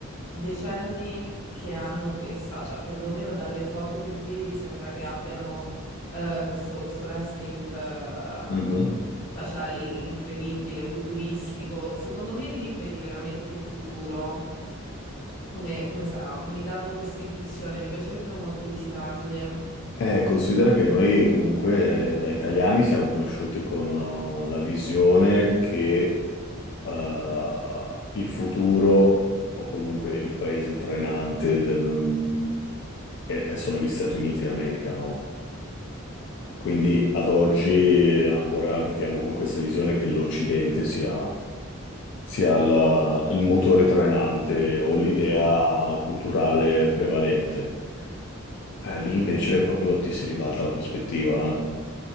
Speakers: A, on the left; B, on the left.
A: decenni che hanno questa, cioè perlomeno dalle foto che vedi sembra che abbiano eh, questo, questo landscape eh,
B: Mhm.
A: taciali incredibile, futuristico. Secondo me lì vedi veramente il futuro come, come sarà. Mi danno questa impressione, mi piacerebbe molto visitarli.
B: Eh, considera che noi comunque eh, da italiani siamo cresciuti con eh, la visione che eh, il futuro o comunque il paese trainante del- e- e sono gli Stati Uniti d'America, no? Quindi ad oggi ancora viviamo con questa visione che l'Occidente sia, sia il, il motore trainante o l'idea culturale prevalente. Eh, lì invece proprio ti si ribalta la prospettiva.